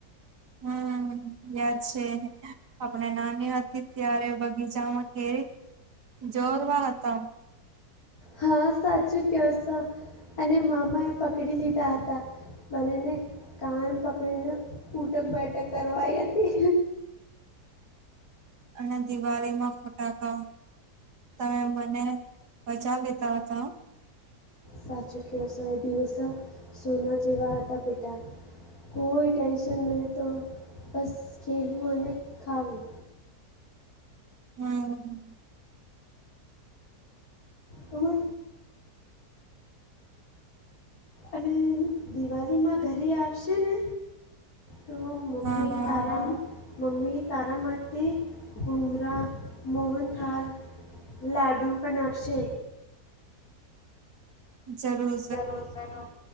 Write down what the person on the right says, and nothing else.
હમ્મ યાદ છે. આપણે નાની હતી ત્યારે બગીચામાં કેરી જોરવા હતા.
અને દિવાળીમાં ફટાકડા તમે મને બચાવી લીધો હતો
હમ
હા હા
જરૂર.